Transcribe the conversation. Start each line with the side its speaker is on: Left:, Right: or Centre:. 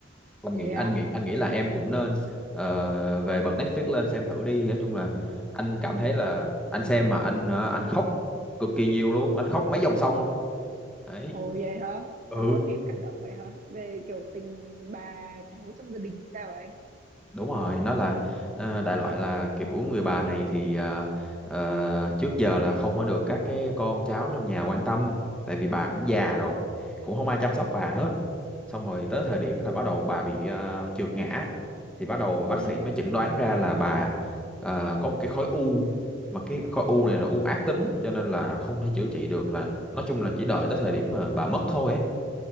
Centre: anh
Right: thế
Centre: nghĩ
Right: á
Centre: anh nghĩ anh nghĩ là em cũng nên ờ, về bật Netflix lên xem thử đi nói chung là anh cảm
Right: Ừ.
Centre: thấy là anh xem mà anh ờ, anh khóc cực kỳ nhiều luôn anh khóc mấy dòng sông Đấy.
Right: Ồ vậy hả?
Centre: ừ
Right: Trời ơi, phim cảm động vậy hả? Về kiểu tình bà cháu trong gia đình hay sao ấy?
Centre: đúng rồi nó là ờ, đại loại là kiểu người bà này thì ờ, ờ, trước giờ là không có được các cái con cháu trong nhà quan tâm tại vì bà cũng già rồi cũng không ai chăm sóc bà hết xong rồi tới thời điểm là bắt đầu bà bị ờ, trượt ngã thì bắt đầu bác
Right: Ừ.
Centre: sĩ mới chẩn đoán ra là bà ờ, có một cái khối u mà cái khối u này là u ác tính cho nên là không thể chữa trị được là nói chung là chỉ đợi tới thời điểm mà bà mất thôi ấy